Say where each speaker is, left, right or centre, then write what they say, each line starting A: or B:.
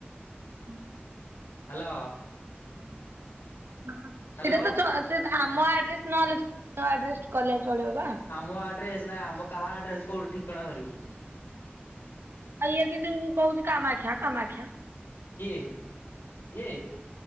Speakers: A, on the right (about 80°); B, on the left (about 80°).
A: ହୁଁ।
B: ହ୍ୟାଲୋ।
A: କରିବନି ଓହୋ
B: ହ୍ୟାଲୋ
A: ସେଇଟା ତ ଚ ସେ ଆମ ଆଡ୍ରେସେ ନହେଲେ ବି ଆଡ୍ରେସ କଲେ ଚଳିବ ବା।
B: ଆମ ଆଡ୍ରେସେ ନାଁ ଆମ କାହା ଆଡ୍ରେସ କୋଉଠି ଠିକଣା ଧରିବୁନି।
A: ଆଉ ଇଏ କିନ୍ତୁ ଉଁ କହୁଛି କାମାକ୍ଷା କାମାକ୍ଷା।
B: କିଏ ଇଏ